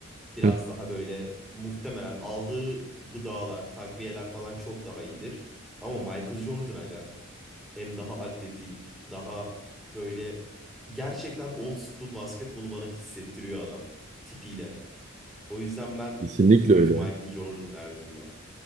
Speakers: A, in the centre; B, on the right (about 35°).
A: biraz
B: Hı,
A: daha böyle muhtemelen aldığı gıdalar, takviyeler falan çok daha iyidir. Ama Michael Jordan aga hem daha atletik, daha böyle gerçekten old school basketbolu bana hissettiriyor adam tipiyle. O yüzden ben
B: Kesinlikle
A: %100
B: öyle.
A: Michael Jordan derdim buna.